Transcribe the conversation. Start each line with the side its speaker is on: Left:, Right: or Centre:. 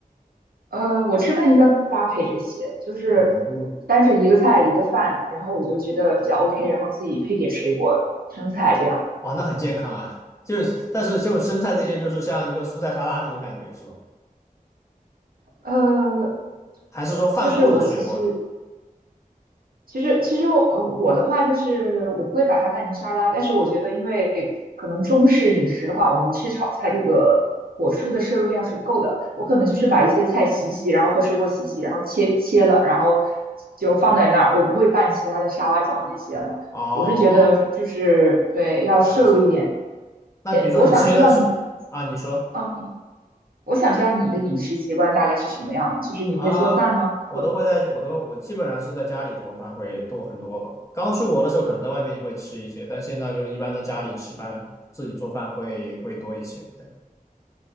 Right: 呃，我吃饭一般不搭配这些，就是单纯一个菜一个饭，
Left: 哦，
Right: 然后我就觉得比较 OK，然后自己配点水果、生菜这样。
Left: 哇，那很健康啊。就是但是就生菜这些，就是像一个蔬菜沙拉那种感觉是吧？
Right: 呃，
Left: 还是说饭后的水果啊？
Right: 就是我其实其实，其实我呃我的话就是我不会把它拌成沙拉，但是我觉得，因为可能中式饮食的话，我们吃炒菜这个果蔬的摄入量是不够的。我可能就是把一些菜洗洗，然后和水果洗洗，然后切切了，然后就放在那儿，我不会拌其他的沙拉酱这些了。
Left: 哦，
Right: 我是觉得就是对，要摄入一点。
Left: 了解。那比如说你切的是啊，
Right: 对，我想知道你，
Left: 你说。
Right: 嗯，你我想知道你的饮食习惯大概是什么样，就是你会做饭吗？
Left: 啊，我都会在，
Right: 会，
Left: 我都我基本上是在家里做饭会多很多吧。刚出国的时候可能在外面会吃一些，但现在就一般在家里吃饭，自己做饭会会多一些。对